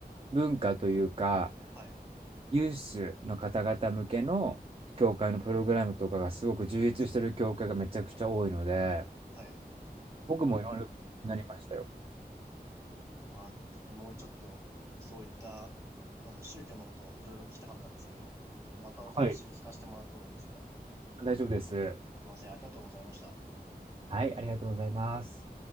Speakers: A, on the right; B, on the right.
A: 文化というか、
B: はい。
A: ユースの方々向けの教会のプログラムとかがすごく充実してる教会がめちゃくちゃ多いので、
B: はい。うーん。
A: 僕もいろいろなりましたよ。
B: は、ちょっともうちょっと、そういった、あの、宗教のことをいろいろ聞きたかったんですけど、ちょっとまたお話聞かせてもらってもいいですか
A: はい。大丈夫です。
B: すいません。ありがとうございました。
A: はい、ありがとうございます。